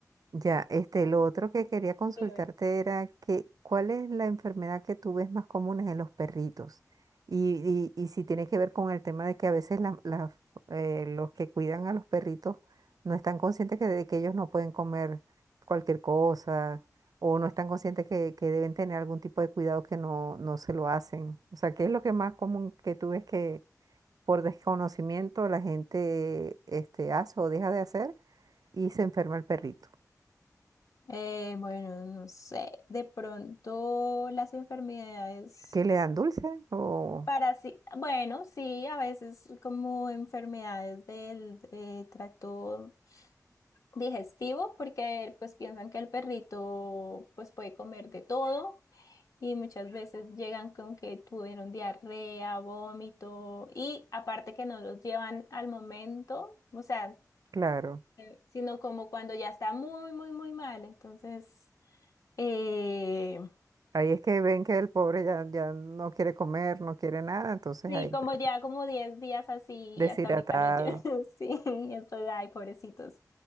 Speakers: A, on the right; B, on the left.
A: Ya, este, lo otro que quería consultarte
B: Debe.
A: era que, ¿cuál es la enfermedad que tú ves más común en los perritos? Y, y, y si tiene que ver con el tema de que a veces la- las, eh, los que cuidan a los perritos no están conscientes que, de que ellos no pueden comer cualquier cosa o no están conscientes que, que deben tener algún tipo de cuidado que no, no se lo hacen. O sea, ¿qué es lo que más común que tú ves que por desconocimiento la gente este, hace o deja de hacer y se enferma el perrito?
B: Eh, bueno, no sé, de pronto las enfermedades
A: ¿Qué le dan dulce? o
B: parasi- bueno, sí, a veces como enfermedades del eh, tracto digestivo, porque pues piensan que el perrito pues puede comer de todo y muchas veces llegan con que tuvieron diarrea, vómito y aparte que no los llevan al momento, o sea,
A: claro.
B: eh, sino como cuando ya está muy, muy, muy mal, entonces... Eh,
A: Ahí es que ven que el pobre ya, ya no quiere comer, no quiere nada, entonces
B: Sí,
A: ahí
B: como
A: fue
B: ya como 10 días así,
A: deshidratado.
B: y hasta ahorita lo llevo. <laughs> Sí, estoy, ay, pobrecitos.